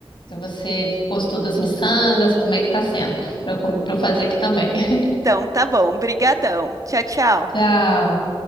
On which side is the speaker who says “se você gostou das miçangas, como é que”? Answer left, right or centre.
Left